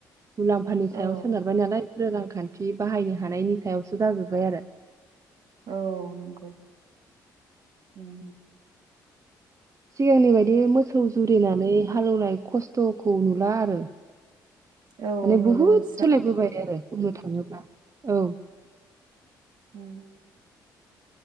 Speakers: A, on the right (about 40°); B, on the right (about 65°).
A: मुलाम्फानि
B: औ
A: सायाव सोनारबाय नालाय रांखान्थि बाहायनो हानायनि सायावसो जाजुबबाय आरो।
B: औ नंगौ उम
A: सिगांनि बायदि मोसौ जुरिना नै हालोवनाय खस्थखौ नुला आरो माने
B: औ नुनो
A: बहुद
B: मोनस्रा
A: सोलायबोबाय आरो बुंनो थाङोब्ला औ
B: उम